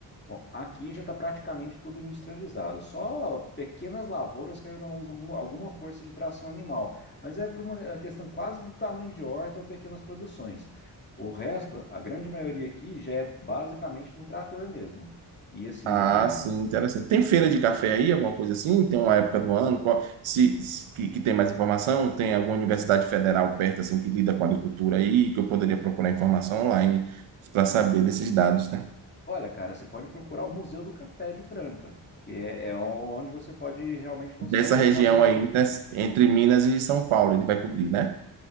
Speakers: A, on the left; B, on the right.
A: Bom, aqui já está praticamente tudo industrializado, só pequenas lavouras que ainda usam alguma, alguma força de tração animal, mas é por uma questão quase do tamanho de horta ou pequenas produções. O resto, a grande maioria aqui já é basicamente no trator mesmo. E assim,
B: Ah, sim, interessante. Tem feira de café aí, alguma coisa assim? Tem uma época do ano? Qual- se, se- que, que tem mais informação? Tem alguma universidade federal perto assim que lida com agricultura aí, que eu poderia procurar informação online para saber desses dados, né?
A: olha, cara, você pode procurar o Museu do Café de Franca, que é, é onde você pode realmente conseguir
B: Dessa
A: informação
B: região
A: desse
B: aí
A: tipo.
B: entre entre Minas e São Paulo, ele vai cobrir, né?